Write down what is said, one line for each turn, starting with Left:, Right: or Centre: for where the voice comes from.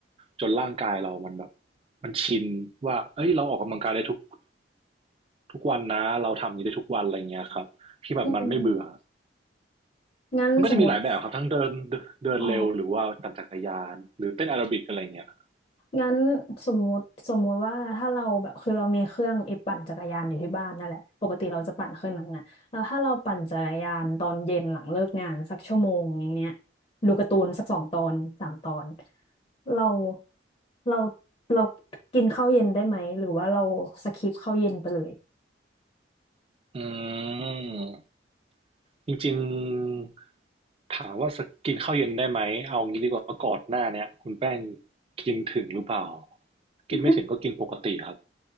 Right: จนร่างกายเรามันแบบมันชินว่าเอ้ยเราออกกำลังกายได้ทุกทุกวันนะเราทำอย่างนี้ได้ทุกวันอะไรเงี้ยครับที่แบบมันไม่เบื่อ
Left: อืมงั้นสมมติ
Right: มันก็จะมีหลายแบบครับทั้งเดินเดินเร็วหรือว่าปั่นจักรยานหรือเต้นแอโรบิกอะไรเงี้ย
Left: อ๋อ งั้นสมมุติสมมุติว่าถ้าเราแบบคือเรามีเครื่องไอ้ปั่นจักรยานอยู่ที่บ้านนั่นแหละปกติเราจะปั่นเครื่องนั้นน่ะแล้วถ้าเราปั่นจักรยานตอนเย็นหลังเลิกงานสักชั่วโมงอย่างเงี้ยดูการ์ตูนสักสองตอนสามตอนเราเราเรากินข้าวเย็นได้ไหมหรือว่าเราสคิปข้าวเย็นไปเลย
Right: อืมจริงๆถามว่าสกกินข้าวเย็นได้ไหมเอางี้ดีกว่าก่อนหน้าเนี้ยคุณแป้งกินถึงหรือเปล่ากินไม่ถึงก็กินปกติครับ
Left: <laughs>